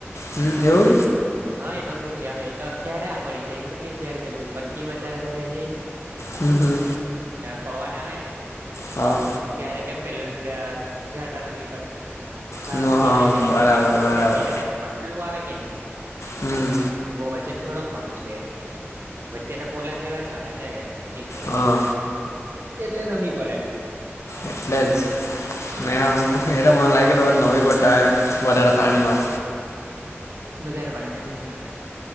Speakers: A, on the left; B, on the right.
A: હમ એવુ
B: હા એ તો બૂઠી આવે તો ક્યારે આ પડી જાય ખબર કે જયારે પેલું કંટી વધારે ભરાય લેએ ને
A: હમ્મહમ્મ
B: પવાન આવે ને
A: હા
B: ત્યારે કેમ પેલું જાડવા નમી પડે બાર
A: હમ
B: થી
A: હા
B: જાય તેમ
A: બરાબર બરાબર
B: તેમ એ પટલું આવે કે નહી
A: હમ્મ
B: બહ વચન થોડો ખમી જ વચ્ચે તો પોલા જેવા જ આવે ને ઇન્ડિય
A: હા
B: એટલે નમી પડે
A: એટલે જ
B: હા
A: મે એ મ લાગેને નવી ગટા એમ વધારે પાણીમા
B: વધારે પાણીમાંની ન